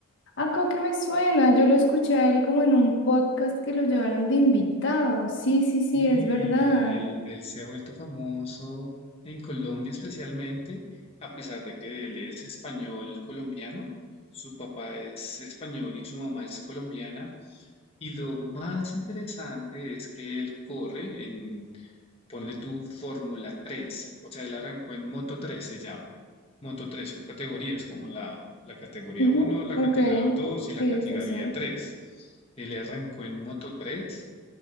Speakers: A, on the left; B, on the left.
A: Ah, creo que me suena. Yo lo escuché a él como en un podcast que lo llevaron de invitado. Sí, sí, sí,
B: Y
A: es verdad.
B: él, él se ha vuelto famoso en Colombia especialmente, a pesar de que él es español colombiano, su papá es español y su mamá es colombiana. Y lo más interesante es que él corre en, ponle tú, Fórmula 3, o sea, él arrancó en Moto 3, se llama. Moto 3 son categorías como la, la categoría
A: Ujú,
B: 1, la
A: Ok.
B: categoría 2 y la
A: Sí,
B: categoría
A: sí, sí.
B: 3. Él arrancó en Moto 3